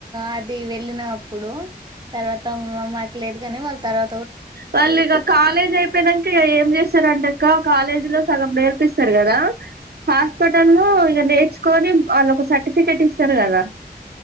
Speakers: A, on the right; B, on the right.
A: ఆది వెళ్ళినం అప్పుడు తర్వాత మాకు లేదు గని వాళ్ళు తర్వా
B: వాళ్ళు ఇగ కాలేజ్ అయిపోయినంక ఇగ ఏం చేశారుంటె అక్క కాలేజ్ లో సగం నేర్ పిస్తరు గదా
A: ఉమ్
B: హాస్పిటల్లో నేర్చుకొని వాళ్ళకు సర్టిఫికెట్ ఇస్తారు గదా